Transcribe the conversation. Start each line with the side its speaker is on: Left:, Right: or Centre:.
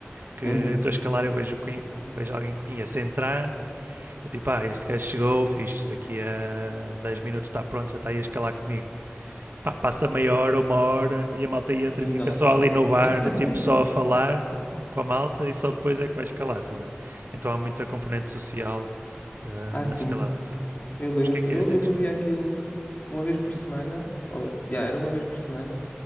Right: Que eu
Left: uhum.
Right: estou a escalar, eu vejo, vejo alguém que conheço a entrar. Eu tipo, ah, este gajo chegou, fiz daqui a 10 minutos está pronto, já está aí a escalar comigo. pá, passa meia hora, uma hora e a malta entra
Left: E ainda
Right: e fica
Left: lá
Right: só
Left: está.
Right: ali no bar,
Left: <laughs>
Right: tipo só a falar com a malta e só depois é que vai escalar, estás a ver? Então há muita componente social ah,
Left: Ah,
Right: na
Left: sim,
Right: escalada hoje em dia.
Left: eu lembro-me.
Right: Mas o que é que
Left: Eu,
Right: ias dizer?
Left: eu fazia
Right: Desculpa.
Left: aquilo. uma vez por semana, ou, yeah, era uma vez por semana,